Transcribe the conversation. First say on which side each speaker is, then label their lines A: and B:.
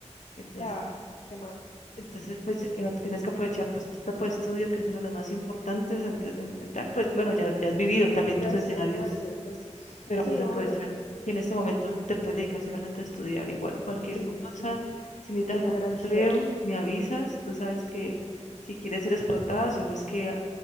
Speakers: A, on the left; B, on the left.
A: Entonces,
B: Ya, qué mal.
A: entonces pues, eh, tienes que aprovechar pues, tu etapa de estudio, que es uno de los más importantes antes de enfrentar. Pues, bueno, ya, ya has vivido también
B: Gracias,
A: tus escenarios,
B: gracias, gracias.
A: pero
B: Sí,
A: pues aprovechar
B: obvio.
A: que en este momento te puedes dedicar solamente a estudiar. Igual, cualquier
B: Sí,
A: cosa,
B: sí,
A: si necesitas
B: muy
A: algún
B: agradecida.
A: empleo, me avisas. Tú sabes que si quieres ser explotada, solo es que